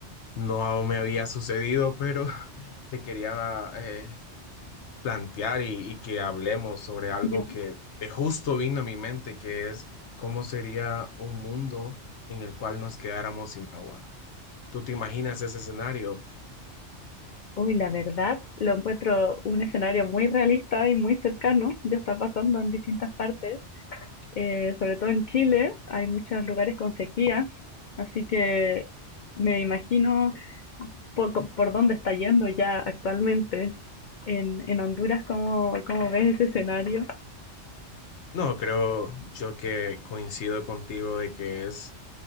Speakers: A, on the left; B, on the left.
A: no me había sucedido, pero <laughs> te quería eh, plantear y, y que hablemos sobre algo
B: Ya.
A: que eh, justo vino a mi mente, que es cómo sería un mundo en el cual nos quedáramos sin agua. ¿Tú te imaginas ese escenario?
B: Uy, la verdad, lo encuentro un escenario muy realista y muy cercano. Ya está pasando en distintas partes, eh, sobre todo en Chile. Hay muchos lugares con sequía, así que me imagino por, co- por dónde está yendo ya actualmente. En, en Honduras, ¿cómo, cómo ves ese escenario?
A: No, creo yo que coincido contigo de que es